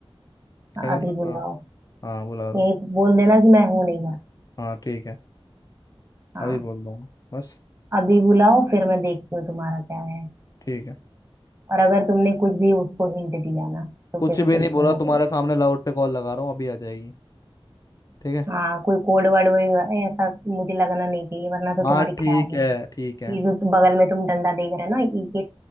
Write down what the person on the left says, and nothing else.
क्या
कर लो
हाँ हाँ बुला दो
हाँ ठीक है
अभी बोल दूंगा बस
ठीक है
कुछ
भी
नहीं बोला
तुम्हारे
सामने लाउड पे कॉल लगा रहा हूँ अभी आ जाएगी ठीक है
हाँ
ठीक
है
ठीक है